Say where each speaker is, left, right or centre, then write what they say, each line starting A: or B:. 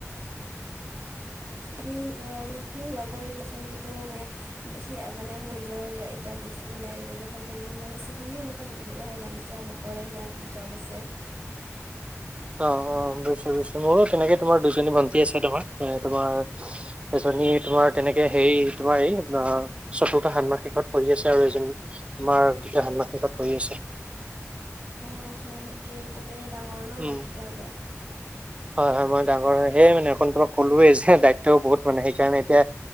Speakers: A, on the right; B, on the right.
A: <inaudible>
B: সি নিজৰ মানে <unintelligible> কৰে দিয়াচোন কিন্তু মানে সি মানে মোৰ নিজৰ এতিয়া ব্যৱসায় কৰিবলৈ মন আছে সি এনেকুৱা ব্যৱসায় বাণিজ্য নকৰে সিয়াৰ জব আছে।
A: অ অ বুজিছো-বুজিছো মোৰো তেনেকে তোমাৰ দুজনী ভণ্টি আছে তোমাৰ মানে তোমাৰ এজনী তোমাৰ তেনেকে হেৰি তোমাৰ এই চতুৰ্থ ষাত্মশিকত পঢ়ি আছে আৰু এজন আমাৰ দ্বিতীয় ষান্মাশিকত পঢ়ি আছে।
B: অ হয় নেকি তুমিয়ে ডাঙৰ ন
A: উম
B: তেতিয়াহ'লে?
A: হয় হয় মই ডাঙৰ হয়। সেই মানে অকন তোমাক ক'লোৱেই যে দায়িত্বও বহুত মানে সেইকাৰণে এতিয়া